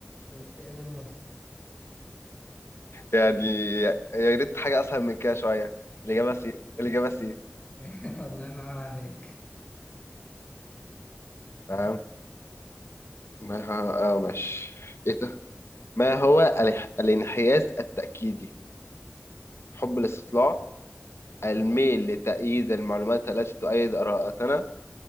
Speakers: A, on the left; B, on the left.
A: الاكتئاب المزمن
B: يعني يا ريت حاجه اسهل من كده شويه الاجابه سي الاجابه سي
A: <laughs> الله ينور عليك
B: تمام ما هو اه ماشي ايه ده ما هو الانح- الانحياز التاكيدي حب الاستطلاع الميل لتأييد المعلومات التي تؤيد آراءتنا